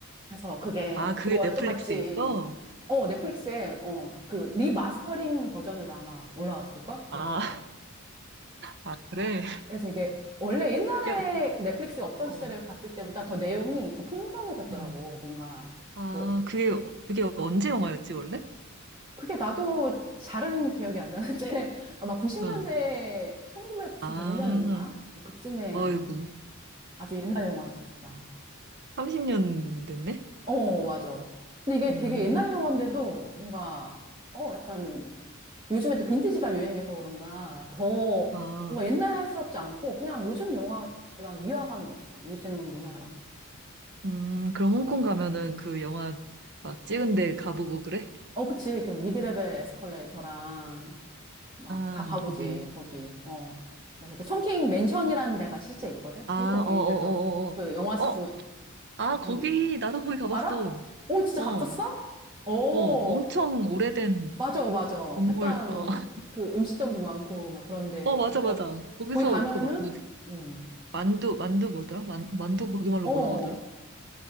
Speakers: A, on the right; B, on the right.
A: 그래서 그게
B: 아, 그게
A: 그걸
B: 넷플릭스에
A: 또 봤지.
B: 있어?
A: 어, 넷플릭스에, 어, 그, 리마스터링 버전으로 아마 올라왔을걸?
B: 아,
A: 그래서,
B: <laughs> 아, 그래.
A: 그래서 이게, 원래 옛날에
B: 야,
A: 넷플릭스가 없던
B: 어,
A: 시절에 봤을 때보다 더 내용이 더 풍성해졌더라고.
B: 음.
A: 뭔가,
B: 아,
A: 그,
B: 그게, 그게 언제 영화였지, 원래?
A: 그게 나도 잘은 기억이 안 나는데, <laughs> 아마 90년대,
B: 응.
A: 1996년인가?
B: 아,
A: 뭐, 그쯤에
B: 어이구.
A: 아마 아주 옛날 영화지, 진짜.
B: 30년 됐네?
A: 어, 맞아. 근데 이게
B: 음,
A: 되게 옛날 영화인데도 뭔가, 어, 약간, 요즘에 또 빈티지가 유행해서 그런가, 더
B: 아,
A: 뭔가 옛날스럽지 않고, 그냥 요즘 영화랑 위화감이 없어. 요즘 문화랑.
B: 음, 그럼 홍콩
A: 어,
B: 가면은 그 영화 막 찍은 데 가보고 그래?
A: 어, 그치. 그 미드레벨 에스컬레이터랑, 막,
B: 아,
A: 다 가보지,
B: 거기
A: 거기. 어. 그래서 그 청킹 맨션이라는 데가 실제 있거든?
B: 아,
A: 홍콩에.
B: 어, 어,
A: 그래서 그
B: 어,
A: 영화 속그
B: 어, 어. 어, 아, 거기,
A: 장,
B: 나도 거기 가봤어.
A: 알아? 오, 진짜
B: 어,
A: 갔었어?
B: 어,
A: 오.
B: 엄청 오래된
A: 맞아, 맞아.
B: 건물,
A: 약간
B: 어. <laughs>
A: 그 음식점도 많고 막 그런데
B: 어, 맞아,
A: 그래서
B: 맞아. 거기서
A: 거기 가면은
B: 그, 마- 뭐지?
A: 음.
B: 만두, 만두 뭐더라? 만, 만두 거기말로
A: 어
B: 뭐라고 하더라?